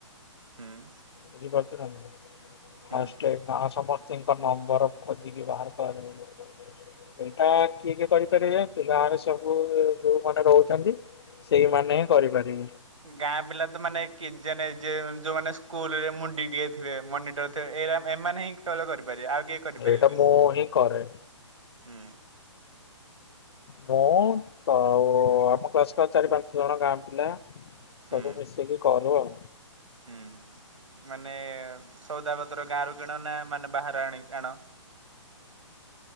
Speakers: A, on the right (about 80°); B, on the left (about 55°).
A: ହୁଁ
B: ବୁଝିପାରଚୁ ନାଇଁ।
A: ହୁଁ।
B: ଫାଷ୍ଟ ଗାଁ ସମସ୍ତିଙ୍କ ନମ୍ବର ଖୋଜିକି ବାହାର କରା ଏଇଟା କିଏ କିଏ କରିପାରିବେ ଜାଣିଚୁ ଗାଁରେ ସବୁ ଯୋଉ ମାନେ ରହୁଚନ୍ତି ସେଇମାନେ ହିଁ କରିପାରିବେ।
A: ଗାଁ ପିଲା ତ ମାନେ କିଏ ଯେନେ ଯେ ମାନ ଯୋଉମାନେ ସ୍କୁଲରେ ମୁଣ୍ଡିଟିକେ ଥିବେ ମନିଟର୍ ତ ଏ ଏମାନେ ହିଁ କେବଲ କରିପାରିବେ ଆଉ କେହି କରିପାରିବେନି
B: ଏଇଟା ମୁଁ ହିଁ କରେ।
A: ହୁଁ।
B: ମୁଁ ତ ଆଉ ଆମ କ୍ଲାସର ଚାରି ପାଞ୍ଚ ଜଣ ଗାଁ ପିଲା ସବୁ
A: ହୁଁ
B: ମିଶିକି କରୁ ଆଉ।
A: ହୁଁ। ମାନେ ସଉଦା ପତ୍ର ଗାଁରୁ କିଣ ନା ମାନେ ବାହାରୁ ଆଣି ଆଣ?